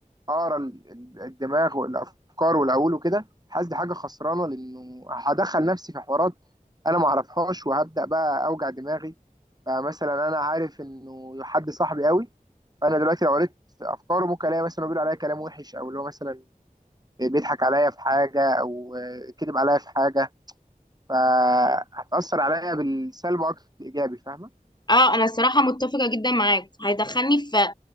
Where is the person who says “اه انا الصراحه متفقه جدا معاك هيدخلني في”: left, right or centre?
Left